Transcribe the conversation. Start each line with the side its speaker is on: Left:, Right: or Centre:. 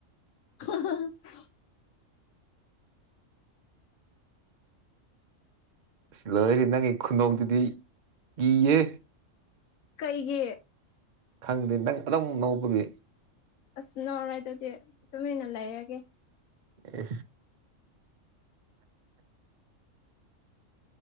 Left: ꯍꯍꯍ
Right: ꯂꯣꯏꯔꯦ ꯅꯪꯒꯤ ꯈꯨꯅꯣꯛꯗꯨꯗꯤ ꯀꯤꯌꯦ
Left: ꯀꯩꯒꯤ
Right: ꯈꯪꯗꯦ ꯅꯪ ꯑꯗꯨꯝ ꯅꯣꯛꯕꯒꯤ
Left: ꯑꯁ ꯅꯧꯔꯔꯣꯏ ꯑꯗꯨꯗꯤ ꯇꯨꯃꯤꯟꯅ ꯂꯩꯔꯒꯦ
Right: ꯑꯦ